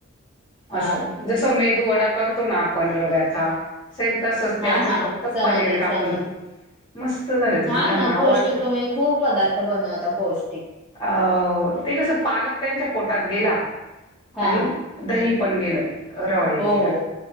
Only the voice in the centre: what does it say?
हा
हा हा
समजले
समजले
छान
ना
पौष्टिक तुम्ही खूप पदार्थ बनवता पौष्टिक.
हा
हो
हो